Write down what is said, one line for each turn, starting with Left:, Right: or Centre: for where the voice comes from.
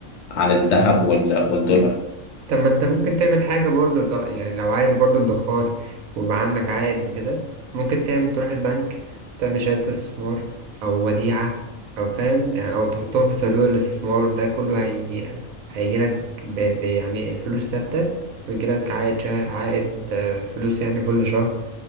Left: عن الذهب وال... والدولار
Right: طب ما انت ممكن تعمل حاجة برضو ط- يعني لو عايز برضو ادخار ويبقى عندك عائد وكده ممكن تعمل تروح البنك تعمل شهادة استثمار أو وديعة أو فاهم أو تحطهم في صندوق الاستثمار ده كله هي... هيجيلك ب... ب... يعني الفلوس ثابتة ويجيلك عائد شه... عائد آه، فلوس يعني كل شهر